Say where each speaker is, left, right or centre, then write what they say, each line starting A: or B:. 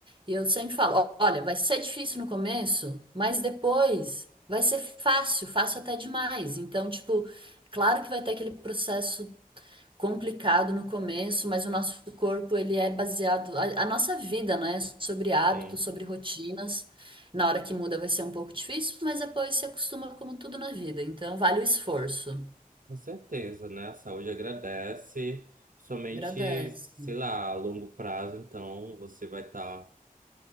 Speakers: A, on the right; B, on the right.
A: E eu sempre falo, "Ó, olha, vai ser difícil no começo, mas depois vai ser fácil, fácil até demais. Então, tipo, claro que vai ter aquele processo complicado no começo, mas o nosso corpo, ele é baseado, a, a nossa vida, né, é sobre hábitos,
B: Sim,
A: sobre rotinas. Na hora que muda vai ser um pouco difícil, mas depois se acostuma como tudo na vida. Então, vale o esforço.
B: com certeza, né? A saúde agradece, principalmente,
A: Agradece.
B: sei lá, a longo prazo, então você vai estar.